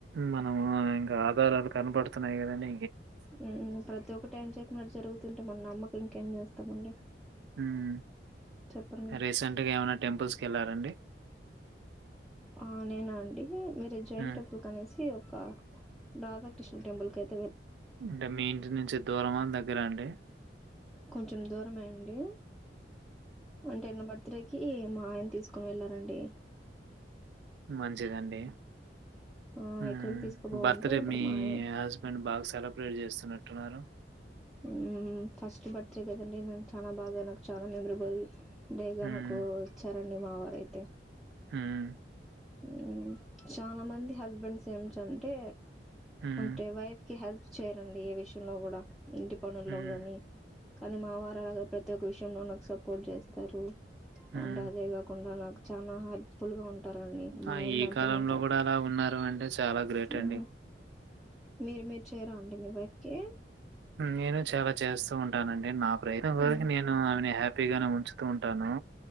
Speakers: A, on the right; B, in the centre.
A: మనము ఇంకా ఆధారాలు కనపడుతున్నాయి కాదండి
B: మ్మ్ ప్రతి ఒక్కటి ఏం చెప్పిన అది జరుగుతుంది మన నమ్మక ఇంకేం చేస్తామండి
A: మ్మ్
B: చెప్పండి
A: రీసెంట్గా ఏమైనా టెంపుల్సకి వెళ్లరండి
B: ఆ నేనా అండి ఇడే జైన్
A: హ్మ్.
B: టెంపుల్సకి అనేసి ఒక రాధాకృష్ణ టెంపుల్కాయ్
A: అంటే మీ ఇంటి నుంచి దూరమా దగ్గ గ్గరండీ
B: కొంచం దూరమేండి అంటే నా బర్త్డేకి మా ఆయన తీసుకొని వెళ్ళారు అండి
A: మంచిదండి
B: ఆ,
A: మ్మ్
B: ఎక్కడికి తీసుకుపోవంటే
A: బర్త్డే
B: అప్పుడు
A: మీ
B: మా ఆయన
A: హస్బెండ్ బాగా సెలబ్రేట్ చేస్తున్నట్టున్నారు
B: మ్మ్ ఫస్ట్ బర్త్డే కదండి నాకు చాలా బాగా నాకు చాలా మెమరబుల్ డేగా
A: హ్మ్.
B: నాకు ఇచ్చారు అండి అదే మా వారు అయితే
A: మ్మ్
B: మ్మ్ చాలా మంది హస్బెండ్స్ ఏమిటంటే
A: హ్మ్.
B: అంటే వైఫ్ కి హస్బ్ చేయరాండి ఏ విషయంలో కూడా ఇంటి పనుల్లో
A: హ్మ్.
B: గాని కానీ మా వారు అలా కాదు ప్రతి ఒక్క విషయంలో నాకు సపోర్ట్ చేస్తారు
A: హ్మ్.
B: అండ్ అదేగాకుండా నాకు చానా హెల్ప్ ఫుల్ గా ఉంటారండి మా
A: ఆ
B: ఆయన
A: ఈ
B: దాంట్లో
A: కాలంలో
B: నాకు అది
A: కూడా అలా ఉన్నారు అంటే చాల గ్రేట్
B: మ్మ్
A: అండి
B: మీరు మీరు చేయరా అండి మీ వైఫ్కీ
A: నేను చాలా చేస్తూ ఉంటానండి నాకు నేను
B: మ్మ్
A: ఊర్క నేను నే హాప్ హ్యాపీ ఉంచుతూ ఉంటాను